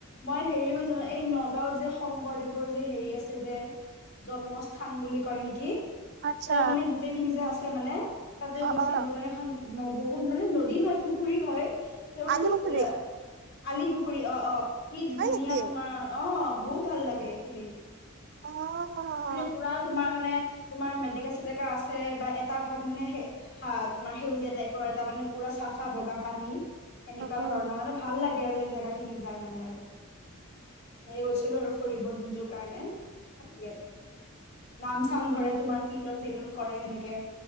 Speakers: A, on the left (about 50°); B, on the right (about 50°).
A: মই হেৰিছো এই নগাঁওত যে শংকৰদেৱৰ যে হেৰি আছে যে জন্মস্থান বুলি কয় নেকি
B: আচ্ছা
A: তেওঁ মানে গোটেইখিনি যে আছে মানে তাতেও
B: অ
A: গৈছিলো
B: অ
A: মানে এখন বহুত মানে নদী নহয় পুখুৰী হয়। তেওঁৰ
B: আলি
A: কি
B: পুখুৰী
A: বো আলি পুখুৰী অ অ কি ধুনীয়া
B: হয় নেকি?
A: তোমাৰ অ বহুত ভাল লাগে এইখিনিত
B: অ',
A: মানে পুৰা তোমাৰ মানে তুমাৰ মেডকা চেটকা আছে বা এটা ভাগ মানে তোমাৰ সেউজীয়া টাইপৰ এটা মানে পুৰা ফা বগা পানী এনেকুৱা
B: অ',
A: ধৰণৰ মানে ভাল লাগে আৰু জোগা খিনি যাই মানে আৰু গৈছিলো আৰু ফুৰিব দিনটোৰ কাৰণে ভাল লাগে নাম চাম ধৰে তোমাৰ কীৰ্তন চিৰ্তন কৰে সেনেকে